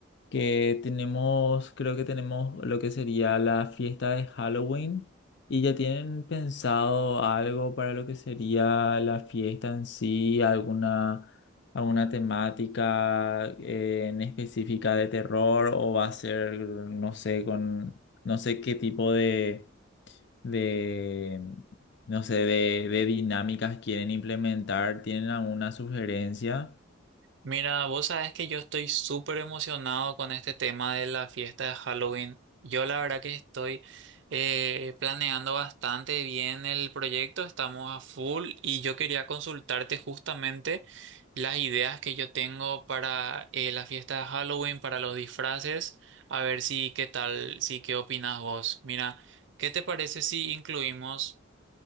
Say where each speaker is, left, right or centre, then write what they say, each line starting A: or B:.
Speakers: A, on the left; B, on the right.
A: que tenemos, creo que tenemos lo que sería la fiesta de Halloween y ya tienen pensado algo para lo que sería la fiesta en sí, alguna, alguna temática eh, en específica de terror o va a ser, no sé, con, no sé qué tipo de de, no sé, de, de dinámicas quieren implementar? ¿Tienen alguna sugerencia?
B: mira, vos sabés que yo estoy súper emocionado con este tema de la fiesta de Halloween. Yo la verdad que estoy eh, planeando bastante bien el proyecto, estamos a full y yo quería consultarte justamente las ideas que yo tengo para eh, la fiesta de Halloween, para los disfraces, a ver si qué tal, si qué opinas vos. Mira, ¿qué te parece si incluimos...